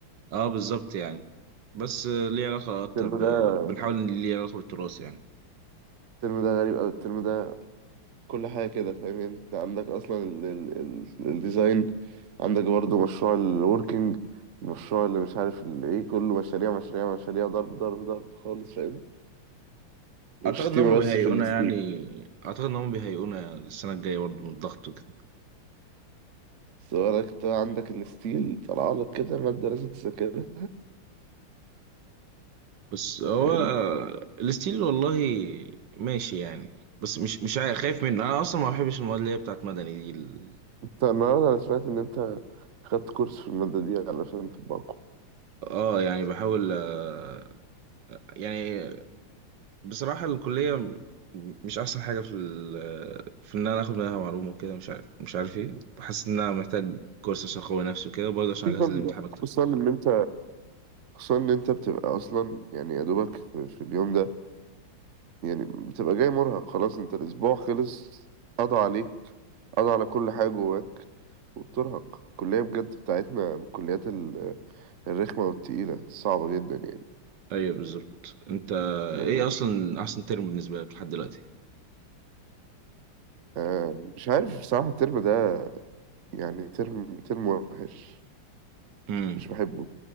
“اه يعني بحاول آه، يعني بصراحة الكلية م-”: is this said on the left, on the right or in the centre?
Right